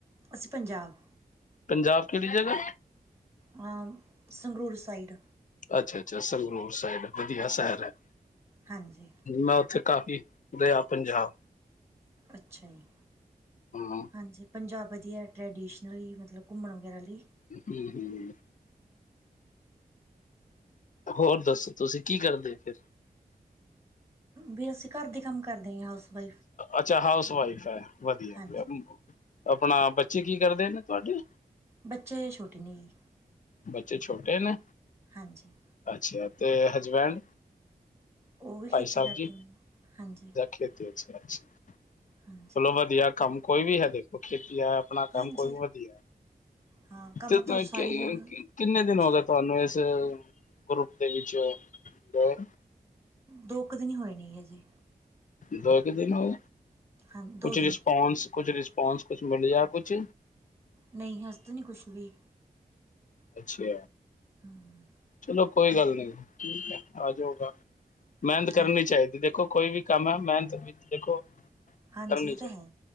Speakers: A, on the right; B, on the left.
A: ਅਸੀਂ ਪੰਜਾਬ
B: ਪੰਜਾਬ ਕਿਹੜੀ ਜਗ੍ਹਾ?
A: ਹਾ, ਸੰਗਰੂਰ ਸਾਈਡ।
B: ਅੱਛਾ-ਅੱਛਾ, ਸੰਗਰੂਰ ਸਾਇਡ, ਵਧੀਆ ਸ਼ਹਿਰ ਆ।
A: ਹਾਂਜੀ।
B: ਮੈਂ ਉੱਥੇ ਕਾਫੀ ਗਿਆ ਪੰਜਾਬ।
A: ਅੱਛਾ ਜੀ।
B: ਹਾਂ। ਹੂੰ
A: ਹਾਂਜੀ, ਪੰਜਾਬ ਵਧੀਆ ਟਰੈਡੀਸ਼ਨਲੀ ਮਤਲਬ ਘੁੰਮਣ ਵਗੈਰਾ ਲਈ।
B: ਹੂੰ-ਹੂੰ। ਹੋਰ ਦੱਸੋ ਤੁਸੀਂ ਕੀ ਕਰਦੇ ਫਿਰ?
A: ਵੀ ਅਸੀਂ ਘਰ ਦੇ ਕੰਮ ਕਰਦੇ ਆ, ਹਾਊਸ ਵਾਈਫ਼।
B: ਅੱਛਾ ਹਾਊਸ ਵਾਈਫ ਆ, ਵਧੀਆ,
A: ਹਾਂਜੀ
B: ਆਪਣਾ ਬੱਚੇ ਕੀ ਕਰਦੇ ਨੇ ਤੁਹਾਡੇ?
A: ਬੱਚੇ ਛੋਟੇ ਨੇ ਜੀ।
B: ਬੱਚੇ ਛੋਟੇ ਨੇ?
A: ਹਾਂਜੀ।
B: ਅੱਛਾ ਤੇ ਹਜਬੈਂਡ,
A: ਉਹ ਵੀ
B: ਭਾਈ
A: ਖੇਤੀ
B: ਸਾਹਿਬ
A: ਕਰਦੇ
B: ਜੀ
A: ਨੇ ਹਾਂਜੀ
B: ਖੇਤੀ, ਅੱਛਾ-ਅੱਛਾ।
A: ਹਾਂਜੀ
B: ਚਲੋ ਵਧੀਆ ਕੰਮ ਕੋਈ ਵੀ ਹੈ ਦੇਖੋ ਖੇਤੀ ਆਪਣਾ ਕੰਮ
A: ਹਾਂਜੀ
B: ਕੋਈ ਵੀ ਵਧੀਆ।
A: ਹਾਂ
B: <unintelligible>
A: ਕੰਮ ਤਾਂ ਸਾਰੀ ਜ਼ਰੂਰ
B: ਕਿੰਨੇ ਦਿਨ
A: ਜ਼ਰੂਰ
B: ਹੋ ਗਏ ਤੁਹਾਨੂੰ ਇਸ ਗਰੁੱਪ ਦੇ ਵਿਚੋ, ਅ
A: ਦੋ ਕੁ ਦਿਨੀ ਹੋਏ ਨੇ ਜੀ ਹਜੇ।
B: ਦੋ ਕੇ ਦਿਨ ਹੋ
A: ਹਾਂ
B: ਕੁਛ
A: ਦੋ
B: ਰਿਸਪੋਂਸ,
A: ਦਿਨ
B: ਕੁਛ ਰਿਸਪੋਂਸ ਕੁਛ ਮਿਲ ਆ ਕੁਛ।
A: ਨਹੀ ਹਸ ਤਾਂ ਨਹੀਂ ਕੁਛ ਵੀ।
B: ਅੱਛਾ।
A: ਹੂੰਮ
B: ਚਲੋ ਕੋਈ ਗੱਲ ਨੀ, ਠੀਕ ਹੈ ਆ ਜਾਓਗਾ ਮਿਹਨਤ ਕਰਨੀ
A: ਹਾਂਜੀ
B: ਚਾਹੀਦੀ ਦੇਖੋ ਕੋਈ ਵੀ ਕੰਮ ਹੈ ਮਿਹਨਤ ਵਿੱਚ ਦੇਖੋ।
A: ਹਾਂਜੀ
B: ਕਰਨੀ
A: ਇਹ
B: ਚਾਹੀਦੀ।
A: ਤਾਂ ਹੈ,